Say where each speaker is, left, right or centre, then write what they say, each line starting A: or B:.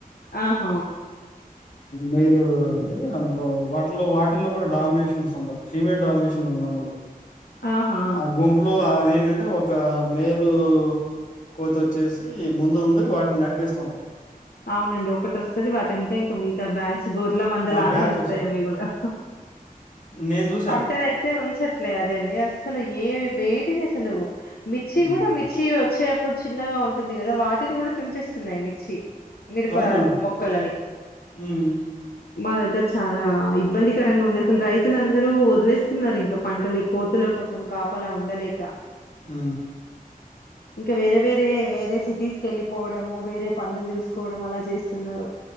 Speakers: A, on the left; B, on the left.
A: ఆహ
B: మేల్ అంటే అందులో వాటిలో వాటిల్లో కూడా డామినేషన్స్ ఉంటది ఫీమేల్ డామినేషన్ ఉంటది అందులో
A: ఆహా
B: ఆ గుంపులో అదేంటంటే ఒక మేలు కోత వచ్చేసి ముందు ఉండి వాటినీ నడిపిస్తుంటది
A: అవునండి ఒకటి వస్తుంది వాటి వెనుక ఇంక మిగతా బ్యాచ్ గోర్ల మంద
B: ఆ
A: లాగానే
B: బ్యాచ్
A: వస్తాయావి
B: వస్తుంది
A: కూడా
B: నేను చూ
A: పంటను అయితే ఉంచట్లే అదండి అసలు ఏ వేటిని అసలు మిర్చి
B: హ్మ్.
A: కూడా మిర్చి వచ్చేప్పుడు చిన్నగా ఉంటుంది కదా వాటిని కూడా తుంచేస్తున్నాయి మిర్చి మిరుప
B: అవునా?
A: మొక్కలని
B: హ్మ్.
A: మా దగ్గర చాలా ఇబ్బందికరంగా ఉంది అసలు రైతులుందరూ వదిలేస్తున్నారు ఇంకా పంటలు ఈ కోతులకు కోసం కాపలా ఉండలేక
B: ఊ
A: ఇంకా వేరే వేరే వేరే సిటీస్ కి వెళ్ళిపోవడము వేరే పనులు చూసుకు కోవడం అలా చేస్తున్నారు